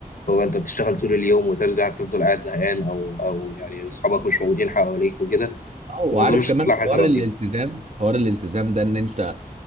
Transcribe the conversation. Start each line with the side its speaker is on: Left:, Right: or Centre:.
Left: هو انت بتشتغل طول اليوم وترجع تفضل قاعد زهقان او او يعني اصحابك مش موجودين حواليك وكده
Right: اه وعارف
Left: وما اظنش
Right: كمان
Left: تطلع
Right: حوار
Left: حاجه لطيفه
Right: الالتزام حوار الالتزام ده ان انت